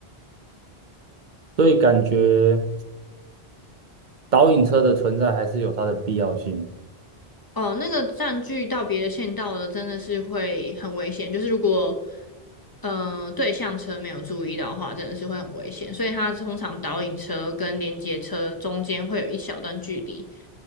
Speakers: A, on the right; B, on the left.
A: 所以感觉导引车的存在还是有它的必要性。
B: 哦，那个占据到别的线道的真的是会很危险，就是如果呃对向车没有注意到的话，真的是会很危险。所以它通常导引车跟连接车中间会有一小段距离，